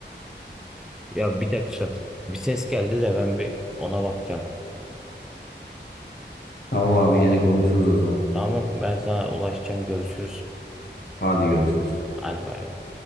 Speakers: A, in the centre; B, on the left.
A: Ya bir dakika. Bir ses geldi de ben bir ona bakacağım.
B: Tamam abi gene konuşuruz o zaman.
A: Tamam ben sana ulaşacağım. Görüşürüz.
B: Hadi görüşürüz.
A: Hadi bay bay.